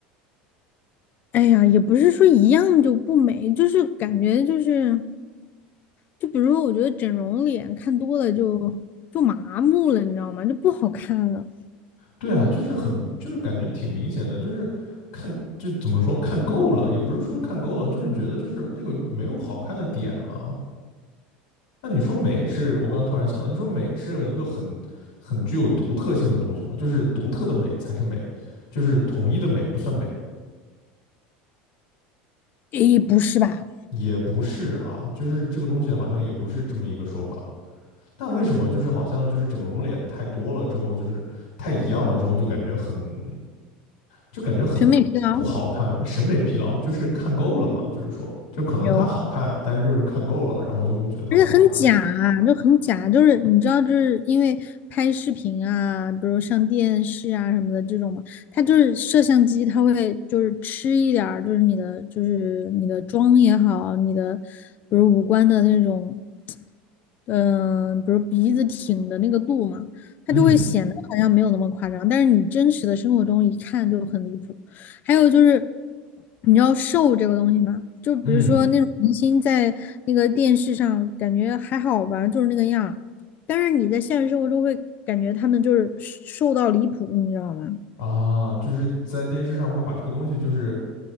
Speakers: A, on the left (about 40°); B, on the left (about 80°).
A: 哎呀，也不是说一样就不美，就是感觉就是，就比如说，我觉得整容脸看多了就就麻木了，你知道吗？就不好看了。
B: 对啊，就是很就是感觉挺明显的，就是看就怎么说看够了，也不是说看够了，就是觉得就是这个没有好看的点了。那你说美是我刚突然想到，你说美是一个很很具有独特性的东西嘛？就是独特的美才是美，就是统一的美不算美，
A: 诶，不是吧？
B: 也不是哈，就是这个东西好像也不是这么一个说法。那为什么就是好像就是整容脸太多了之后，就是太一样了之后，就感觉很就感觉很不好看嘛？
A: 审美疲劳
B: 审美疲劳就是看够了嘛？就是说，就可能它好看，
A: 有
B: 但是就是看够了，然后就会觉得它不好看。
A: 而且很假啊，就很假，就是你知道，就是因为拍视频啊，比如上电视啊什么的这种嘛，它就是摄像机，它会就是吃一点儿，就是你的，就是你的妆也好，你的比如五官的那种，嗯、呃比如鼻子挺的那个度嘛，
B: 嗯
A: 它就会显得好像没有那么夸张，但是你真实的生活中一看就很离谱。还有就是，你知道瘦这个东西吗？就比如说那种明星在那个电视上感觉还好吧，
B: 嗯，
A: 就是那个样儿但是你在现实生活中会感觉他们就是瘦到离谱，你知道吗？
B: 啊，就是在电视上会把这个东西，就是